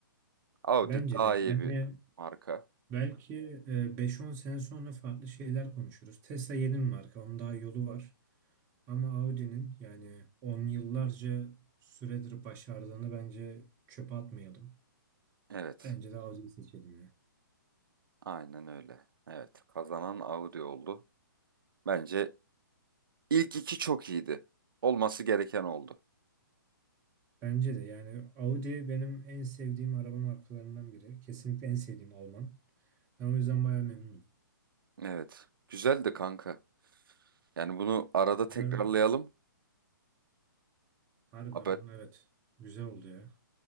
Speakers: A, on the right; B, on the right.
A: Audi
B: Bence
A: daha
B: de.
A: iyi
B: Yani
A: bir marka.
B: belki e, 5-10 sene sonra farklı şeyler konuşuruz. Tesla yeni bir marka. Onun daha yolu var. Ama Audi'nin yani on yıllarca süredir başardığını bence çöpe atmayalım.
A: Evet.
B: Bence de Audi'yi seçelim ya.
A: Aynen öyle. Evet. Kazanan Audi oldu. Bence ilk iki çok iyiydi. Olması gereken oldu.
B: Bence de yani Audi benim en sevdiğim araba markalarından biri. Kesinlikle en sevdiğim Alman. Ben o yüzden bayağı memnunum.
A: Evet. Güzeldi kanka. Yani bunu arada tekrarlayalım.
B: Güzeldi. Harbiden
A: Haber,
B: bunun evet. Güzel oldu ya.